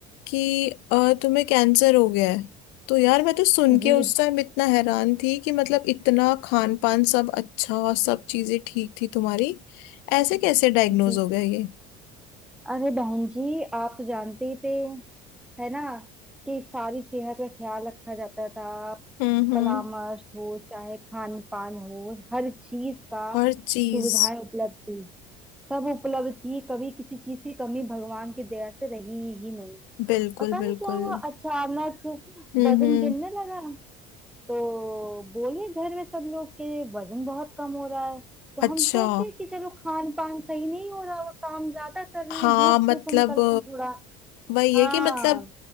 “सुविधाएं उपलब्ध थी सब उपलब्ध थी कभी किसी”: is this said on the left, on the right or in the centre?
Centre